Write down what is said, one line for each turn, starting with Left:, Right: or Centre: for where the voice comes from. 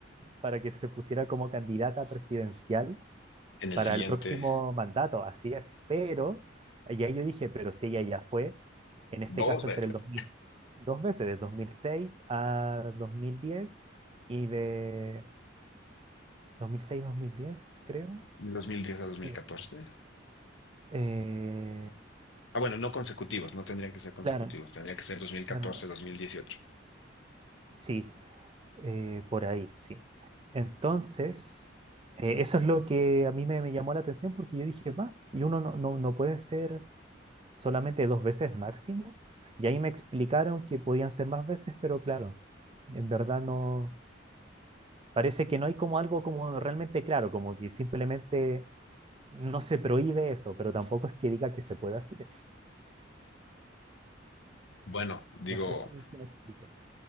Right: para que se pusiera como candidata presidencial
Left: En el
Right: para
Left: siguiente,
Right: el próximo mandato, así es, pero, y ahí yo dije, pero si ella ya fue, en este
Left: dos
Right: caso
Left: veces.
Right: entre el 2000, dos veces, de 2006 a 2010 y de 2006-2010, creo.
Left: ¿Y 2010 a 2014?
Right: Sí. Eh,
Left: Ah, bueno, no consecutivos, no tendrían que ser consecutivos,
Right: claro,
Left: tendría que ser 2014-2018.
Right: claro, no. no, no. Sí, eh, por ahí, sí. Entonces, eh, eso es lo que a mí me, me llamó la atención porque yo dije, va, y uno no, no, no puede ser solamente dos veces máximo. Y ahí me explicaron que podían ser más veces, pero claro, en verdad no, parece que no hay como algo como realmente claro, como que simplemente no se prohíbe eso, pero tampoco es que diga que se puede hacer eso.
Left: Bueno, digo,
Right: No sé si si me expliqué.